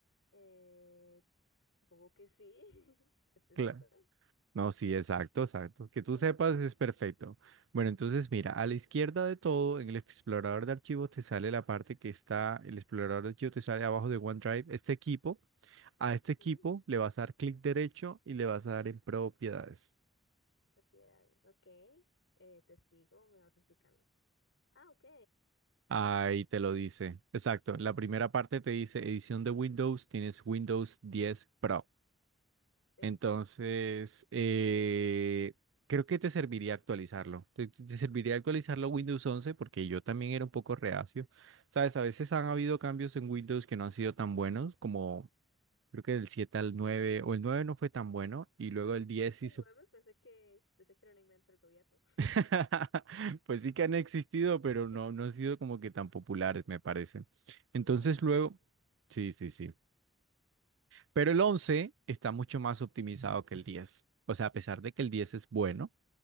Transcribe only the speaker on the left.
eh, supongo que sí. <laughs> ¿Este
es cierto?
<laughs>
Sí,
propiedades. Ok, eh, te sigo, me vas explicando. Ah, ok.
Exacto.
¿Existe
el
nueve Pensé que, pensé que era un invento del gobierno.
<laughs>
Mm, No lo sabía.